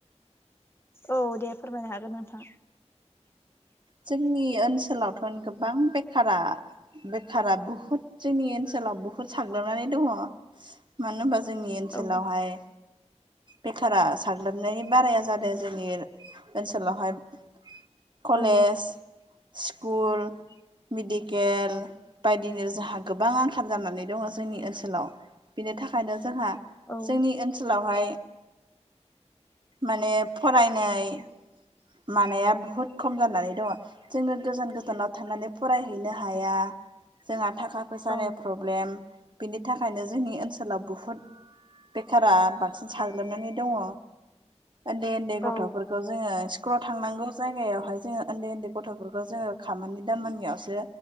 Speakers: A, on the left; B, on the right.
A: औ दे फोरमायनो हागोन नोंथां।
B: जोंनि ओनसोलावथ' गोबां बेखारा बेखारा बुहुद जोंनि ओनसोलाव बुहुत साग्लोबनानै दङ मानो होनबा जोंनि ओनसोलावहाय
A: औ
B: बेखारा साग्लोबनायनि बाराया जादों जोंनि ओनसोलावहाय कलेज
A: औ
B: स्कुल मेडिकेल बायदिनो जोंहा गोबां आंखाल जानानै दङ जोंनि ओनसोलाव बिनि थाखाय नो जोंहा
A: औ
B: जोंनि ओनसोलावहाय माने फरायनाय मानाया बुहुद खम जानानै दंङ। जोङो गोजान गोजानाव थांनानै फरायहैनो हाया जोंहा थाखा फैसानि
A: औ
B: प्रब्लेम बिनि थाखायनो जोंनि ओनसोलाव बुहुद बेखारा बांसिन साग्लोबनानै दङ उन्दै उन्दै गथ'फोरखौ
A: औ
B: जोङो स्कुलाव थांनांगौ जायगायावहाय जोङो उन्दै उन्दै गथ'फोरखौ जोङो खामानिानि दामानिनियावसो